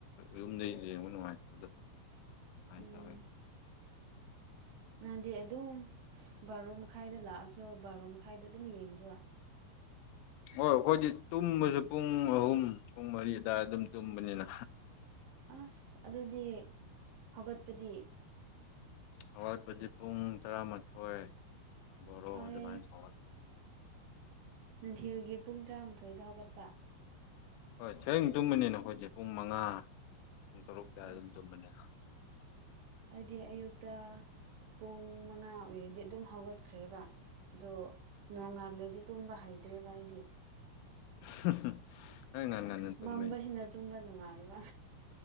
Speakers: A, on the left; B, on the right.
A: ꯌꯨꯝꯗꯩ ꯌꯦꯡꯕ ꯅꯨꯡꯉꯥꯏꯇꯕꯗꯣ ꯑꯗꯨꯃꯥꯏꯅ
B: ꯎꯝ
A: ꯇꯧꯋꯦ
B: ꯅꯍꯥꯟꯗꯤ ꯑꯗꯨꯝ ꯕꯥꯔꯣ ꯃꯈꯥꯏꯗ ꯂꯥꯛꯑꯁꯨ ꯕꯥꯔꯣ ꯃꯈꯥꯏꯗ ꯑꯗꯨꯝ ꯌꯦꯡꯕ꯭ꯔꯥ
A: ꯑꯣ ꯑꯩꯈꯣꯏꯗꯤ ꯇꯨꯝꯕꯁꯨ ꯄꯨꯡ ꯑꯍꯨꯝ ꯄꯨꯡ ꯃꯔꯤ ꯑꯗꯨꯋꯥꯏ ꯑꯗꯨꯝ ꯇꯨꯝꯕꯅꯤꯅ
B: ꯑꯁ ꯑꯗꯨꯗꯤ ꯍꯧꯒꯠꯄꯗꯤ
A: ꯑꯋꯥꯠꯄꯗꯤ ꯄꯨꯡ ꯇꯔꯥꯃꯥꯊꯣꯏ ꯕꯣꯔꯣ
B: ꯑꯔ
A: ꯑꯗꯨꯃꯥꯏꯅ ꯍꯧꯒꯠꯂꯦ
B: ꯔꯒꯤ ꯄꯨꯡ ꯇꯔꯥꯃꯥꯊꯣꯏꯗ ꯍꯧꯒꯠꯄ
A: ꯍꯣꯏ ꯁꯌꯦꯡ ꯇꯨꯝꯕꯅꯤꯅ ꯑꯩꯈꯣꯏꯁꯦ ꯄꯨꯡ ꯃꯉꯥ ꯄꯨꯡ ꯇꯔꯨꯛ
B: ꯎꯝ
A: ꯑꯗꯨꯝ ꯇꯨꯝꯕꯅꯤꯅ
B: ꯑꯩꯗꯤ ꯑꯌꯨꯛꯇ ꯄꯨꯡ ꯃꯉꯥ ꯑꯣꯏꯔꯗꯤ ꯑꯗꯨꯝ ꯍꯧꯒꯠꯈ꯭ꯔꯦꯕ ꯑꯗꯣ ꯅꯣꯡꯉꯥꯜꯂꯗꯤ ꯇꯨꯝꯕ ꯍꯩꯇ꯭ꯔꯦ ꯚꯏꯗꯤ
A: <unintelligible> ꯇꯨꯝꯕꯩꯅꯤ
B: ꯃꯝꯕꯁꯤꯅ ꯑꯗꯨꯕ ꯅꯨꯡꯉꯥꯏꯕ